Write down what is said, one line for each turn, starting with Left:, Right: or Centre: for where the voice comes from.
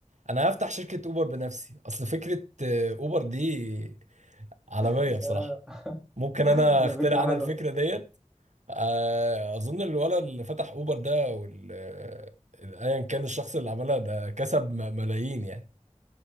Right: انا هفتح شركه اوبر بنفسي اصل فكره آه، اوبر دي عالميه
Centre: <laughs>
Right: بصراحه
Centre: آه،
Right: ممكن انا
Centre: فكرة
Right: اخترع انا
Centre: حلوة
Right: الفكره
Centre: برضه.
Right: ديت آه، اظن الولد اللي فتح اوبر ده وال آه، ايا كان الشخص اللي عملها ده كسب م- ملايين يعني